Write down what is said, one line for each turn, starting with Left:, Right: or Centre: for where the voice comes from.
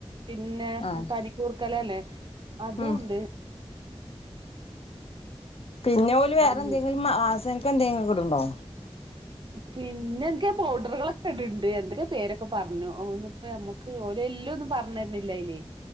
Right: പിന്നെ
Left: ആഹ്
Right: പനിക്കൂർക്കലല്ലേ അതും
Left: ഉം
Right: ഉണ്ട്
Left: പിന്നെ ഓല് വേറെ
Right: അങ്ങനെ
Left: എന്തെങ്കിലും മാ അസാനത്തെ എന്തെങ്കിലുംക്കൂടെ ഇട്ട്ടോ
Right: പിന്നെ എൻകെ പൗഡറുകളൊക്കെ ഇടുണ്ട് എന്തൊക്കെയാ പേരൊക്കെ പറഞ്ഞുന്നിപ്പോമ്മക ക്ക് ഓല് എല്ലൊന്നും പറഞ്ഞിരുന്നില്ല അയില്